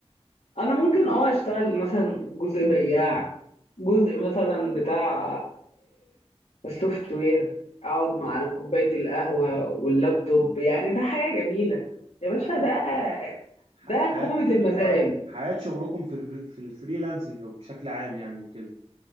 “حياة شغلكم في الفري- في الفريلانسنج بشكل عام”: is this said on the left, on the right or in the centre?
Right